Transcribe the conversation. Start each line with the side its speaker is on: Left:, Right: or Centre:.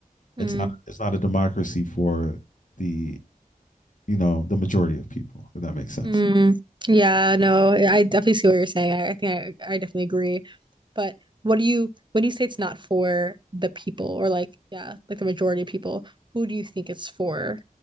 Left: it's
Right: Mm.
Left: not it's not a democracy for the you know the majority of people. If that makes sense.
Right: Mm. Yeah, no, I I definitely see what you're saying. I, I think I, I definitely agree. But what do you, when you say it's not for the people or like, yeah, like the majority of people, who do you think it's for?